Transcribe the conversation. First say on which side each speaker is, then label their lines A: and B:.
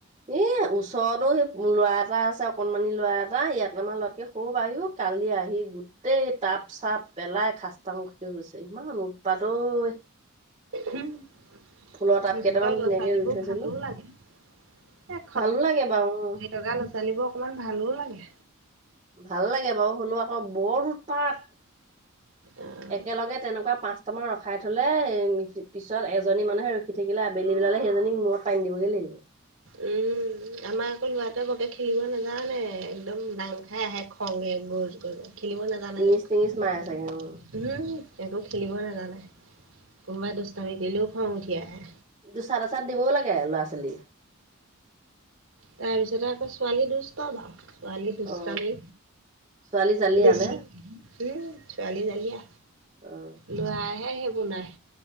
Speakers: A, on the right; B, on the right.
A: এ, ওচৰতো সেই ল'ৰা এটা আছে, অকনমানি ল'ৰা এটা ইয়াত আমাৰ লৰাতকে <unintelligible> কালি আহি গোট <unintelligible> টাপ চাপ পেলাই খাস্তাং কৰি থৈ গৈছে ইমান উৎপাত ঐ।
B: দুষ্ট।
A: ফুলৰ টাব কেইটামান
B: <unintelligible>
A: ধুনীয়াকে
B: এইবোৰ
A: ৰুই থৈছিলো
B: ভালো লাগে, এ <unintelligible> <unintelligible>
A: ভালো লাগে বাৰু অ
B: ল'ৰাোৱালীবোৰ অকণমান ভালো লাগে।
A: ভাল লাগে বাৰু হলেও আকৌ বৰ উৎপাত।
B: অ',
A: একেলগে তেনেকুৱা পাঁচটামান ৰখাই থলে পিছত এজনী মানে হে সি থাকিলে আবেলি বিলাকে সেইজনী মূৰত পানী দিবগৈ লাগিব।
B: এই আমাৰ আকৌ লৰাটোৱে বকে খেলিব নাযানে একদম দাং খাই আহে খঙে গজ গজে। খেলিব নাজানে
A: টিঙিচ
B: যে। হুম
A: টিঙিচ মাৰে চাগে অ
B: একো খেলিব নাজানে, কোনোবাই দুষ্টামি কৰিলেও খনং উঠি আহে।
A: দুচাট এচাট দিবও লাগে ল'ৰা ছোৱালী।
B: তাৰপিছতে আকৌ ছোৱালী দুষ্টম বাওঁ, ছোৱালী দুষ্টামি।
A: অ ছোৱালী জালি
B: বেছি
A: আনে
B: উম ছোৱালী জালীয়া।
A: অঁ।
B: লৰাহে সেইবোৰ নাই